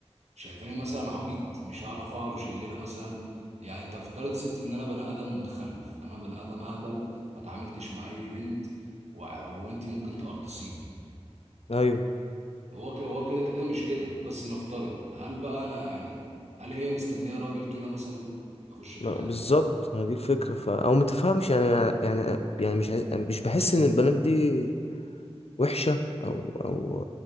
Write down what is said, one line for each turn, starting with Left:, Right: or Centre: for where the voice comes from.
Right: شايفاني مثلا عبيط مش هعرف أهرش الليلة مثلا يعني تفترض يا ستي إن أنا بني آدم متخلف أنا بني آدم أهبل ما تعاملتش مع أي بنت و... وأنت ممكن تقرطصيني
Left: ايوه
Right: هو كده هو كده كده مش كده بس نفترض هل بقى أنا يعني هل هي مستنية راجل كده مثلا يخش في
Left: ما
Right: حياتها
Left: بالظبط ما دي الفكره ف... او ما تفهمش يعني يعني يعني مش عايز... مش بحس ان البنات دي وحشه او او